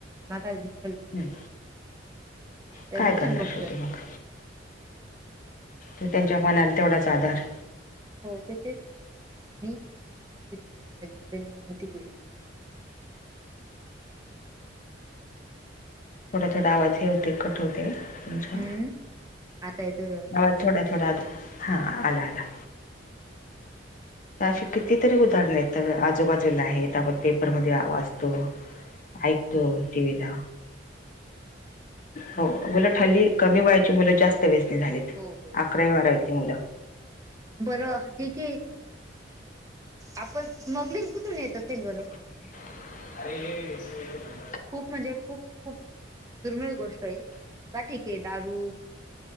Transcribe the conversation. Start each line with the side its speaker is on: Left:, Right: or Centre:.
Right: माझा विठ्ठल भला.
Left: हम्.
Right: त्या
Left: काय
Right: विठ्ठल
Left: करणार?
Right: बघतोय
Left: शेवटी मग. तर त्यांच्या मनाला तेवढाच आधार.
Right: हो ते तेच सांगतात, मी आणि माझा विठ्ठल मला जिकडे नेईन मी तिकडे जाईन. <unintelligible>
Left: थोडा थोडा आवाज हे होतोय, कट होतोय. तुमचा
Right: हम्म आता येतोय व्यवस्थित.
Left: आवाज थोडा थोडा, हा आला आला.
Right: हम्म <inaudible>
Left: तर अशी कितीतरी उदाहरणं आहेत, आजूबाजूला आहेत, आपण पेपरमध्ये आ वाचतो. ऐकतो टि. व्ही. ला. हो, उलट हल्ली कमी वयाची मुलं जास्त व्यसनी झालेत.
Right: हो हो.
Left: अकरावी, बारावीतली मुलं
Right: बरं ठीक आहे, आपण स्मगलिंग कुठून येत असेल बरं?
Left: <unintelligible>
Right: खूप म्हणजे खूप खूप दुर्मिळ गोष्ट आहे. बरं ठीक आहे, दारू